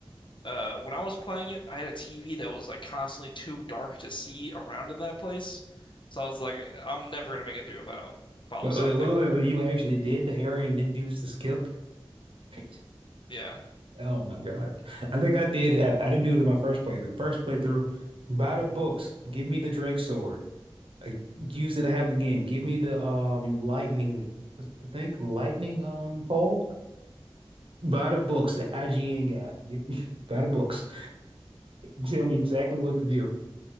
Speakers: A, on the left; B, on the right.
A: Uh, when I was playing it, I had a TV that was like constantly too dark to see around in that place. So I was like, I'm never gonna make it through if I don't follow
B: Well,
A: something.
B: well, well, you actually did the area and then used the skip. <laughs>
A: Yeah,
B: Oh my God. I think I did. I, I didn't do it in my first playthrough. First playthrough, buy the books. Give me the Drake sword. Uh, use it to have the game. Give me the um lightning. I think lightning um pole. Buy the books The IGN got. You, <laughs> buy the books. Tell me exactly what to do.